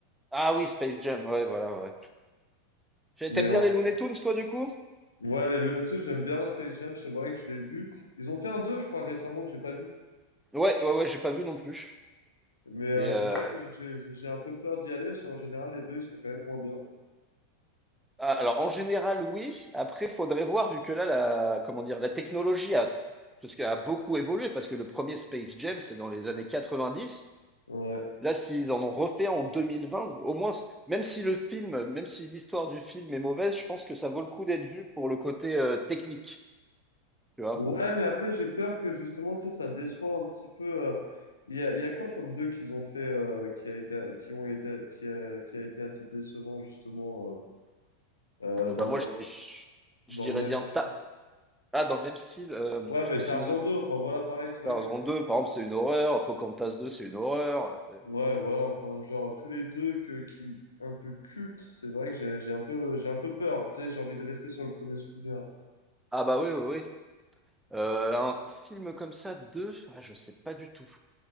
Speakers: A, in the centre; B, on the left.
A: Ah oui, Space Jam, ouais, voilà, ouais. J'ai-
B: Mais
A: T'aimes bien les Looney Tunes, toi, du coup?
B: Ouais, les Looney Tunes, j'aime bien Space Jam, c'est vrai que je l'ai vu. Ils ont fait un 2 je crois, récemment, que j'ai pas vu.
A: Ouais, ouais, ouais, j'ai pas vu non plus.
B: Mais euh,
A: Mais
B: c'est
A: euh,
B: vrai que j'ai j'ai- j'ai un peu peur d'y aller, parce qu'en général, les deux, ils sont quand même moins bien.
A: ah, alors, en général, oui. Après, faudrait voir, vu que là, la, comment dire, la technologie a, parce qu'elle a beaucoup évolué, parce que le premier Space Jam, c'est dans les années 90.
B: Ouais,
A: Là, s'ils en ont refait en 2020, au moins, même si le film, même si l'histoire du film est mauvaise, je pense que ça vaut le coup d'être vu pour le côté euh, technique, tu vois.
B: ouais mais après, j'ai peur que justement, tu sais, ça déçoit un petit peu. euh, Il y a, il y a quoi comme deux qu'ils ont fait euh, qui a été, qui ont été, qui a, qui a été assez décevant, justement, euh,
A: Euh,
B: euh, dans,
A: bah, moi,
B: dans,
A: je, je- je
B: dans
A: dirais
B: le même
A: bien
B: style?
A: ta... Ah, dans le même style, euh, parce
B: Ouais, ben
A: que sinon,
B: Tarzan deux enfin voilà, pareil, c'est vrai
A: Tarzan
B: que.
A: 2 par exemple, c'est une horreur, Pocahontas 2 c'est une horreur. euh,
B: Ouais, voilà, enfin, genre, tous les deux que, qui, un peu cultes, c'est vrai que j'ai j'ai un peu, j'ai un peu peur. Tu sais, j'ai envie de rester sur le premier souvenir.
A: Ah bah oui, oui, oui. Euh, un film comme ça, 2 ah, je sais pas du tout.